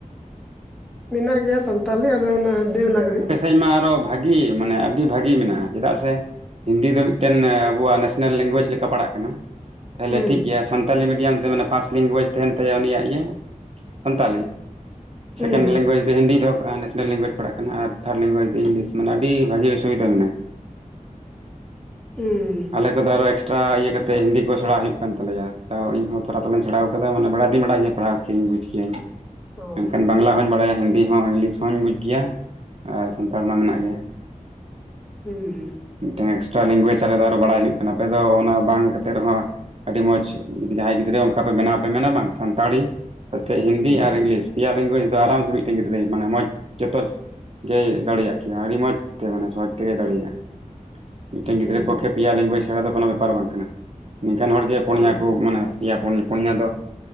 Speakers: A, in the centre; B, on the right.
A: ᱢᱮᱱᱟᱜ ᱜᱮᱭᱟ ᱥᱟᱱᱛᱟᱞᱤ ᱟᱫᱚ ᱚᱱᱟ ᱫᱮᱵᱽᱱᱟᱜᱽᱨᱤ
B: ᱯᱟᱥᱮᱫ ᱢᱟ ᱟᱨᱚ ᱵᱷᱟᱜᱤ ᱢᱟᱱᱮ ᱟᱹᱰᱤ ᱵᱷᱟᱹᱜᱤ ᱢᱮᱱᱟᱜᱼᱟ ᱪᱮᱫᱟᱜ ᱥᱮ ᱦᱤᱱᱫᱤ ᱫᱚ ᱢᱤᱜᱴᱮᱱ ᱟᱵᱚᱣᱟᱜ ᱱᱮᱥᱱᱮᱞ ᱞᱮᱝᱜᱩᱣᱮᱡ ᱞᱮᱠᱟ ᱯᱟᱲᱟᱜ ᱠᱟᱱᱟ ᱛᱟᱦᱭᱞᱮ
A: ᱦᱩᱸ
B: ᱴᱷᱤᱠ ᱜᱮᱭᱟ ᱥᱟᱱᱛᱟᱞᱤ ᱢᱤᱰᱤᱭᱟᱢ ᱛᱮ ᱢᱮᱱᱟ ᱯᱷᱟᱥᱴ ᱞᱮᱝᱜᱩᱣᱮᱡᱽ ᱛᱟᱦᱮᱱ ᱛᱟᱭᱟ ᱩᱱᱤᱭᱟᱜ ᱤᱭᱟᱹ ᱥᱟᱱᱛᱟᱞᱤ
A: ᱦᱩᱸ
B: ᱥᱮᱠᱮᱱᱰ ᱞᱮᱝᱜᱩᱭᱮᱡ ᱫᱚ ᱦᱤᱱᱫᱤ ᱫᱚᱦᱚ ᱠᱟᱜᱼᱟ ᱥᱮᱠᱮᱱᱰ ᱞᱮᱝᱜᱩᱣᱮᱡᱽ ᱯᱟᱲᱟᱜ ᱠᱟᱱᱟ ᱟᱨ ᱛᱷᱷᱷᱷᱟᱨᱰ ᱞᱮᱝᱜᱩᱣᱮᱡᱽ ᱫᱚ ᱤᱝᱞᱤᱥ ᱢᱟᱱᱮ ᱟᱹᱰᱤ ᱵᱷᱟᱹᱜᱤ ᱥᱩᱵᱤᱫᱷᱟ ᱢᱮᱱᱟᱜᱼᱟ
A: ᱦᱩᱸ
B: ᱟᱞᱮ ᱠᱚᱫᱚ ᱟᱨ ᱮᱠᱥᱴᱨᱟ ᱤᱭᱟᱹ ᱠᱟᱛᱮ ᱦᱤᱱᱫᱤ ᱠᱚ ᱥᱮᱬᱟ ᱦᱩᱭᱩᱜ ᱠᱟᱱ ᱛᱟᱞᱮᱭᱟ ᱛᱚ ᱤᱧ ᱛᱷᱚᱲᱟ ᱛᱷᱚᱲᱟᱧ ᱥᱮᱲᱟ ᱟᱠᱟᱫᱟ ᱢᱟᱱᱮ ᱵᱟᱰᱟᱭ ᱫᱩᱧ ᱵᱟᱰᱟᱭ ᱜᱮᱭᱟ ᱯᱟᱲᱦᱟᱣ ᱵᱩᱡᱽ ᱜᱮᱭᱟᱹᱧ
A: ᱚ
B: ᱢᱮᱱᱠᱷᱟᱱ ᱵᱟᱝᱞᱟ ᱦᱚᱧ ᱵᱟᱲᱟᱭᱟ ᱦᱤᱱᱫᱤ ᱦᱚᱸ ᱤᱝᱞᱤᱥ ᱦᱚᱧ ᱵᱩᱡᱽ ᱜᱮᱭᱟ ᱟᱨ ᱥᱟᱱᱛᱟᱲ ᱢᱟ ᱢᱮᱱᱟᱜ ᱜᱮ
A: ᱦᱩᱸ ᱦᱩᱸ
B: ᱢᱤᱫᱴᱮᱱ ᱮᱠᱥᱴᱨᱟ ᱞᱮᱝᱜᱩᱣᱮᱡ ᱟᱞᱮ ᱫᱚ ᱟᱨᱚ ᱵᱟᱲᱟᱭ ᱦᱩᱭᱩᱜ ᱠᱟᱱᱟ ᱟᱯᱮ ᱫᱚ ᱚᱱᱟ ᱵᱟᱝ ᱠᱟᱛᱮᱫ ᱨᱮᱦᱚᱸ ᱟᱹᱰᱤ ᱢᱚᱸᱡᱽ ᱡᱟᱦᱟᱸᱭ ᱜᱤᱫᱽᱨᱟᱹ ᱚᱱᱠᱟ ᱯᱮ ᱵᱮᱱᱟᱣ ᱯᱮ ᱢᱮᱱᱟ ᱵᱟᱝ ᱥᱟᱱᱛᱟᱲᱤ ᱥᱟᱶᱛᱮ ᱦᱤᱱᱫᱤ
A: ᱦᱩᱸ
B: ᱟᱨ ᱤᱝᱞᱤᱥ ᱯᱮᱭᱟ ᱞᱮᱝᱜᱩᱣᱮᱡᱽ ᱫᱚ ᱟᱨᱟᱢ ᱥᱮ ᱢᱤᱫᱴᱮᱱ ᱜᱤᱫᱽᱨᱟᱹᱭ ᱢᱟᱱᱮ ᱢᱚᱡᱽ ᱡᱚᱛᱚ ᱜᱮᱭ ᱫᱟᱲᱮᱭᱟᱜ ᱠᱮᱭᱟ ᱟᱹᱰᱤ ᱢᱚᱡᱽ ᱛᱮ ᱢᱟᱱᱮ ᱥᱚᱦᱚᱡᱽ ᱛᱮᱜᱮᱭ ᱫᱟᱲᱮᱭᱟᱜᱼᱟ ᱢᱤᱫᱴᱮᱱ ᱜᱤᱫᱽᱨᱟᱹ
A: ᱦᱩᱸ
B: ᱯᱚᱠᱷᱮ ᱯᱮᱭᱟ ᱞᱮᱝᱜᱩᱣᱮᱡᱽ ᱪᱷᱟᱲᱟ ᱫᱚ ᱠᱳᱚᱱᱳ ᱵᱮᱯᱟᱨ ᱵᱟᱝ ᱠᱟᱱᱟ ᱢᱮᱱᱠᱷᱟᱱ ᱦᱚᱲ ᱜᱮ ᱯᱩᱱᱭᱟ
A: ᱦᱩᱸ
B: ᱠᱚ ᱢᱟᱱᱮ ᱯᱮᱭᱟ ᱯᱩᱱᱭᱟ ᱫᱚ